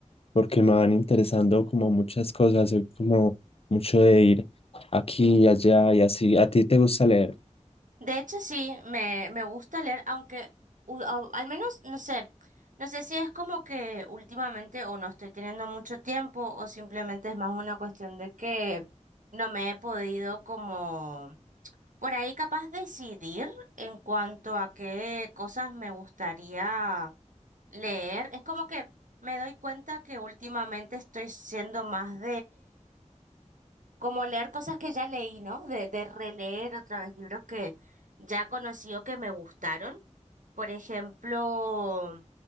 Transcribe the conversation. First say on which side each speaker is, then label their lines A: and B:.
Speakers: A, on the left; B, on the right.
A: porque me van interesando como muchas cosas, soy como mucho de ir aquí y allá y así. ¿A ti te gusta leer?
B: De hecho, sí, me, me gusta leer, aunque u- a- al menos, no sé, no sé si es como que últimamente o no estoy teniendo mucho tiempo o simplemente es más una cuestión de que no me he podido como por ahí capaz decidir en cuanto a qué cosas me gustaría leer. Es como que me doy cuenta que últimamente estoy siendo más como leer cosas que ya leí, ¿no? De, de releer otra vez libros que ya conocí o que me gustaron. Por ejemplo,